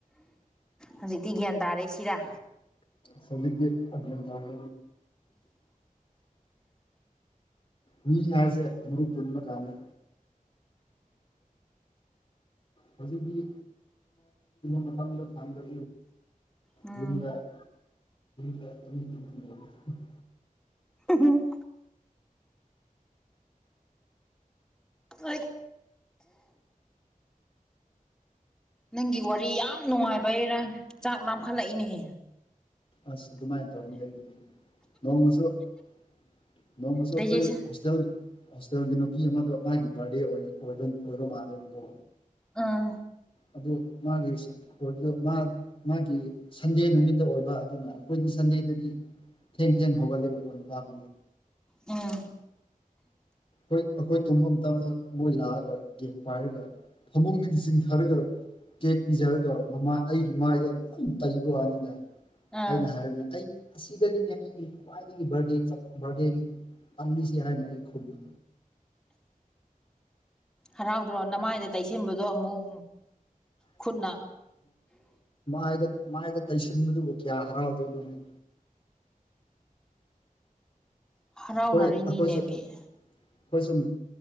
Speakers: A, in the centre; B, on the left.
A: ꯍꯧꯖꯤꯛꯇꯤ ꯒ꯭ꯌꯥꯟ ꯇꯥꯔꯛꯦꯏꯁꯤꯔꯥ
B: ꯆꯜꯦ ꯑ ꯇꯥꯡ ꯃꯤ ꯍꯥꯏꯁꯦ ꯃꯔꯨꯄ ꯄꯨꯟꯕ ꯀꯥꯟꯗ ꯍꯧꯖꯤꯛꯇꯤ ꯃꯇꯝꯗ ꯐꯗꯠꯇ
A: ꯎꯝ
B: ꯌꯗ ꯌ <unintelligible>
A: ꯎꯝ ꯍꯣꯏ ꯅꯪꯒꯤ ꯋꯥꯔꯤ ꯌꯥꯝ ꯅꯨꯡꯉꯥꯏꯕꯩꯔꯥ ꯆꯥꯛ ꯂꯥꯝꯈꯠꯂꯛꯏꯅꯦꯍꯦ
B: ꯑꯁ ꯑꯗꯨꯃꯥꯏꯅ ꯇꯧꯔꯝꯅꯤ ꯑꯩꯕꯨꯗꯤ ꯅꯣꯡꯃꯁꯨ-ꯅꯣꯡꯃꯁꯨ
A: ꯗꯥꯏꯖꯦꯁꯟ
B: ꯑꯩꯈꯣꯏ ꯍꯣꯁꯇꯦꯜ ꯍꯣꯁꯇꯦꯜꯒꯤ ꯅꯨꯄꯤ ꯑꯃꯗ ꯃꯥꯒꯤ ꯕꯥꯔꯗꯦ ꯑꯣꯏꯕ ꯃꯥꯜꯂꯦꯕꯀꯣ
A: ꯑꯥ
B: ꯑꯗꯨ ꯃꯥꯒꯤ ꯁ ꯑꯣꯏꯕ ꯃꯥꯒꯤ ꯁꯟꯗꯦ ꯅꯨꯃꯤꯠꯇ ꯑꯣꯏꯕ ꯑꯗꯨꯅ ꯑꯩꯈꯣꯏꯗꯤ ꯁꯟꯗꯦꯗꯗꯤ ꯊꯦꯡ ꯊꯦꯡ ꯍꯒꯕꯄꯥ
A: ꯎꯝ
B: ꯍꯣꯏ ꯑꯩꯈꯣꯏ ꯇꯨꯝꯕ ꯃꯇꯝꯗ ꯃꯣꯏ ꯂꯥꯛꯑꯒ ꯒꯦꯠ ꯄꯥꯏꯔꯒ ꯐꯃꯨꯡꯗꯨꯗꯤ ꯆꯤꯡ ꯈꯔꯒ ꯀꯦꯛ ꯄꯤꯖꯔꯒ ꯃꯃꯥ ꯑꯩꯒꯤ ꯃꯥꯏꯗ ꯇꯩꯕ ꯋꯥꯅꯤꯅꯦ
A: ꯑꯥ
B: ꯑꯩꯅ ꯍꯥꯏꯔꯝꯅꯦ ꯑꯩ ꯑꯁꯤꯗꯅꯤꯅꯦ ꯑꯩꯒꯤ ꯈ꯭ꯋꯥꯏꯗꯒꯤ ꯕꯥꯔꯗꯦ ꯕꯥꯔꯗꯦꯒꯤ ꯄꯥꯡꯂꯤꯁꯤ ꯍꯥꯏꯅ ꯑꯩ ꯈꯨꯝꯃꯤ
A: ꯍꯔꯥꯎꯗ꯭ꯔꯣ ꯅꯃꯥꯏꯗ ꯇꯩꯁꯤꯟꯕꯗꯣ ꯑꯃꯨꯛ ꯈꯨꯠꯅ
B: ꯥꯏ ꯃꯥꯏꯗ ꯇꯩꯁꯤꯟꯕꯗꯨꯕꯨ ꯀꯌꯥ ꯍꯔꯥꯎꯗꯣꯏꯅꯣ ꯍꯥꯏ
A: ꯍꯔꯥꯎꯅꯔꯤꯅꯤꯅꯦ
B: ꯑꯩꯈꯣꯏ ꯑꯩꯈꯣꯏꯁꯨ
A: ꯃꯤ
B: ꯑꯩꯈꯣꯏ ꯁꯨꯝ